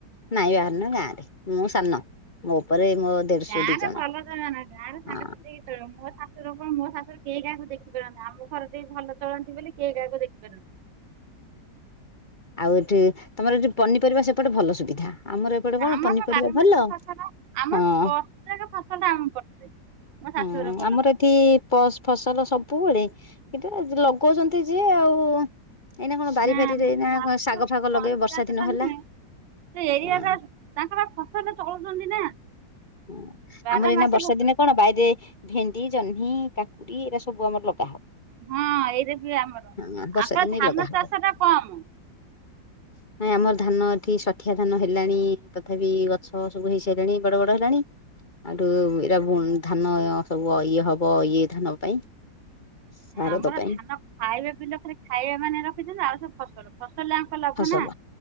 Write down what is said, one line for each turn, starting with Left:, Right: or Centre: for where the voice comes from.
Left: ନାଇଁ ବାହାରେ ନୁହ ଗାଁରେ। ମୁଁ ସାନ ମୋ ଉପରେ ମୋ ଦେଢଶୁ
Right: ଗାଁରେ
Left: ଦି ଜଣ
Right: ଭଲ ଚଳନା ଗାଁରେ ସାଙ୍ଗସାଥି
Left: ହଁ।
Right: ହେଇକି ଚଳିବ <unintelligible> ମୋ ଶାଶୁଘର କେହି କାହାକୁ ଦେଖି ପାରନ୍ତିନି ଆମ ଘରେ ଟିକେ ଭଲ ଚଳନ୍ତି ବୋଲି କେହି କାହାକୁ ଦେଖି <unintelligible>
Left: ଆଉ ଏଠି ତମର ସେଠି ପନିପରିବା ସେପଟେ ଭଲ ସୁବିଧା ଆମର ଏପଟେ କଣ
Right: ଆମର
Left: ପନିପରିବା
Right: ପା ବାର ମାସି
Left: ଭଲ
Right: ଫସଲ ଆମର
Left: ହଁ
Right: ପ୍ରତ୍ୟେକ ଫସଲଟା ଆମ ପଟରେ। ମୋ ଶାଶୁଘର
Left: ହୁଁ
Right: କରନ୍ତି
Left: ଆମର ଏଠି ପ ଫସଲ ସବୁବେଳେ କିନ୍ତୁ ଲଗଉଛନ୍ତି ଯିଏ ଆଉ ଏଇନା କଣ ବାରି
Right: ନା
Left: ଫାରିରେ
Right: ମୋ
Left: ଏଇନା
Right: ଶାଶୁଘର
Left: ଶାଗ ଫାଗ
Right: ସେ
Left: ଲଗେଇବେ
Right: ପଞ୍ଚାୟତଟା
Left: ବର୍ଷା ଦିନ ହେଲା
Right: ନୁହେଁ ସେ ଏରିଆଟା
Left: ହ
Right: ତାଙ୍କର ଫସଲ ଚଳୁଛନ୍ତି ନା
Left: ହଁ
Right: ବାର
Left: ଆମର ଏଇନା
Right: ମାସି
Left: ବର୍ଷା
Right: ଫସଲ
Left: ଦିନେ କଣ ବାଇରେ ଭେଣ୍ଡି ଜହ୍ନି କାକୁଡି ଏଇରା ସବୁ ଆମର ଲ
Right: ହଁ ଏଇରା ବି ଆମର
Left: ହଁ ବର୍ଷା
Right: ଆମର
Left: ଦିନେ
Right: ଧାନ
Left: ଲଗା ହବ
Right: ଚାଷ ଟା କମ
Left: <inaudible> ନାଇଁ ଆମର ଧାନ ଏଠି ଶଠିଆ ଧାନ ହେଲାଣି ତଥାପି ଗଛ ସବୁ ହେଇ ସାରିଲାଣି ବଡ ବଡ <unintelligible> ଏଇରା ଧାନ ସବୁ ଇଏ ହବ ଇଏ ଧାନ ପାଇଁ ଶାରଦ
Right: ଆମର
Left: ପାଇଁ
Right: ଧାନ ଖାଇବା <unintelligible> ଖାଇବା ମାନେ ରଖିଛନ୍ତି ଆଉ ସବୁ ଫସଲ ଫ ଫସଲ ୟାଙ୍କ ଲାଭ
Left: ଫସଲ
Right: ନା